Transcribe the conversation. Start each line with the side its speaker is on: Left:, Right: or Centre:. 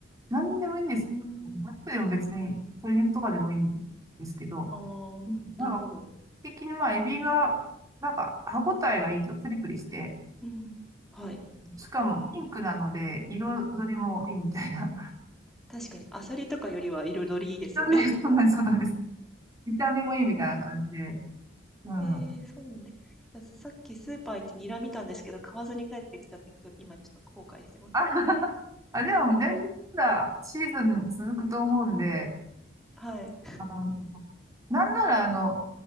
Right: なんでもいいんです。
Centre: うーん。
Right: お肉でも別に、鶏肉とかでもいいですけど、
Centre: ああ、
Right: なんか、
Centre: なるほど。
Right: 基本的にまあ、エビが、なんか、歯ごたえがいいというかプリプリして、
Centre: うん。はい。
Right: しかもピンクなので、
Centre: えー
Right: 彩りもいいみたいな。
Centre: 確かに、アサリとかよりは彩りいいですよね。
Right: <laughs> そうなんです、
Centre: <laughs>
Right: そうなんです。見た目もいいみたいな感じで。
Centre: あ
Right: うん。
Centre: ーえーそうなんです。
Right: あ、
Centre: いや、さっきスーパー行ってニラ見たんですけど、買わずに帰ってきたって、き日今ちょっと後悔してます。
Right: <laughs> あ、でも全然まだシーズン続くと思うんで、
Centre: はい。
Right: あの、なんならあの、